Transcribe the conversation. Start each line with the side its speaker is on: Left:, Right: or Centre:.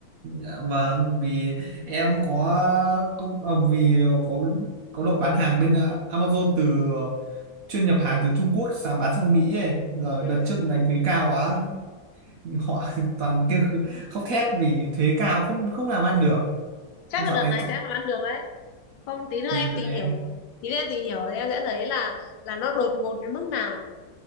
Right: ờ, vâng vì em có công ờ, vì có có đội bán hàng bên ờ, Amazon từ ờ, chuyên nhập hàng từ Trung Quốc sang bán sang Mỹ ấy giờ
Left: ừ.
Right: đợt trước đánh thuế cao quá họ <laughs> toàn kêu khóc thét vì thuế cao không không làm ăn được
Left: chắc
Right: dạo
Left: là đợt
Right: này
Left: này
Right: chắc-
Left: sẽ làm ăn được đấy không tí nữa
Right: thì
Left: em
Right: đợt
Left: tìm
Right: này
Left: hiểu tí nữa em tìm hiểu thì em sẽ thấy là là nó đột ngột đến mức nào